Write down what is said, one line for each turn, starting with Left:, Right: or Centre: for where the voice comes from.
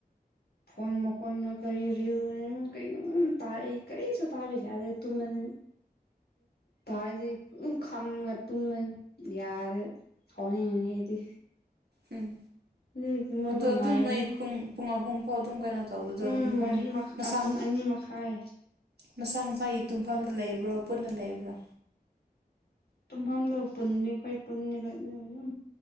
Left: ꯐꯣꯟ ꯃꯈꯣꯟꯅ ꯀꯔꯤ ꯔꯤꯜꯅꯣ ꯀꯩꯅꯣꯝ ꯇꯥꯏ ꯑꯩ ꯀꯔꯤꯁꯨ ꯇꯥꯕ ꯌꯥ ꯌꯥꯗꯦ ꯇꯨꯝꯃꯅꯤ ꯇꯔꯗꯤ ꯑꯗꯨꯝ ꯈꯪꯂ ꯇꯨꯝꯃ ꯌꯥꯔꯦ ꯁꯥꯎꯅꯤꯡꯉꯤꯉꯦꯗꯤ
Right: ꯎꯝ
Left: ꯑꯗꯨꯖꯨ ꯃꯣꯏꯕꯨ
Right: ꯑꯗꯣ ꯑꯗꯨꯝ
Left: ꯉꯥꯏꯕꯅꯤ
Right: ꯅꯣꯏ ꯄꯨꯡ ꯄꯨꯡ ꯑꯍꯨꯝ ꯐꯥꯎ ꯑꯗꯨꯝ ꯀꯩꯅꯣ ꯇꯧꯕꯗꯣ
Left: ꯄꯨꯡ
Right: ꯃꯐꯝ
Left: ꯃꯔꯤ ꯃꯈꯥ
Right: ꯃꯁꯥꯃꯛ
Left: ꯄꯨꯡ ꯑꯅꯤ ꯃꯈꯥꯏ
Right: ꯃꯁꯥ ꯃꯁꯥꯒꯤ ꯇꯨꯡꯐꯝꯗ ꯂꯩꯕ꯭ꯔꯣ ꯄꯨꯟꯅ ꯂꯩꯕ꯭ꯔꯥ
Left: ꯇꯨꯝꯐꯝꯗꯣ ꯄꯨꯟꯅꯤ ꯑꯈꯣꯏ ꯄꯨꯟꯅꯤꯕ ꯑꯗꯨ ꯑꯗꯨꯝ